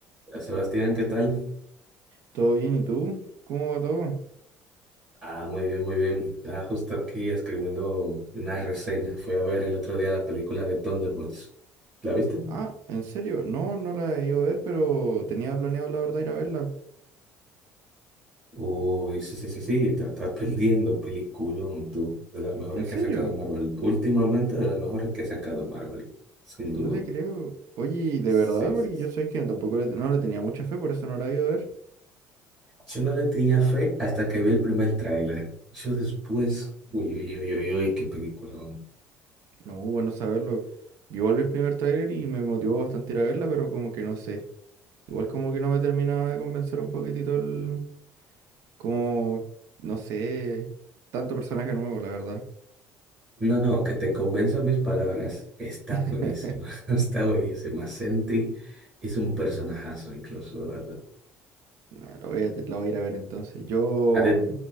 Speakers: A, on the right; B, on the right.
A: Hola, Sebastián, ¿qué tal?
B: ¿Todo bien? ¿Y tú? ¿Cómo va todo?
A: Ah, muy bien, muy bien. Ah, justo aquí escribiendo una reseña. Fui a ver el otro día la película de Thunderbolts. ¿La viste?
B: Ah, ¿en serio? No, no la he ido a ver, pero tenía planeado la verdad ir a verla.
A: Uy, sí, sí, sí, sí, te estás perdiendo, peliculón, tú. De las mejores
B: ¿En
A: que
B: serio?
A: ha sacado Marvel. Últimamente de las mejores que ha sacado Marvel, sin duda.
B: No te creo. Oye, ¿y ¿de
A: Sí,
B: verdad? Porque
A: sí, sí.
B: yo sabes que no, tampoco le, no le tenía mucha fe, por eso no la he ido a ver.
A: Yo no le tenía fe hasta que vi el primer tráiler. Yo después, uy, uy, uy, uy, uy, qué película.
B: No, bueno saberlo. Yo volví el primer tráiler y me motivó bastante ir a verla, pero como que no sé. Igual como que no me terminaba de convencer un poquitito el... Como, no sé, tanto personaje nuevo, la verdad.
A: No, no, que te convenza mis palabras. Está
B: <laughs>
A: buenísima, <laughs> está buenísima. Sentry es un personajazo incluso, la verdad.
B: Nah, la voy a, la voy a ir a ver entonces. Yo...
A: A de-